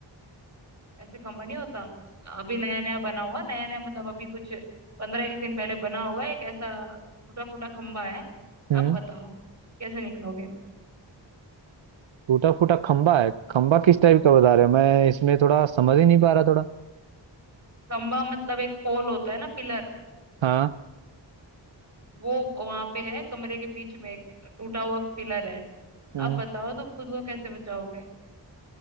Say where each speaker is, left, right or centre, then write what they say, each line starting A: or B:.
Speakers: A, on the right; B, on the right.
A: ऐसे खंबा नहीं होता अभी नया नया बना हुआ नया नया मतलब अभी कुछ पंद्रह एक दिन पहले बना होगा एक ऐसा टूटा फूटा खंबा है
B: हम्म
A: अब बताओ कैसे निकलोगे
B: टूटा फूटा खंबा है खंबा किस टाइप का बता रहे हो मैं इसमें थोड़ा समझ ही नहीं पा रहा थोड़ा
A: खंबा मतलब एक पोल होता है ना पिलर
B: हाँ
A: वो वहां पे है कमरे के बीच में एक टूटा हुआ पिलर है
B: हम्म
A: अब बताओ तुम खुद को कैसे बचाओगे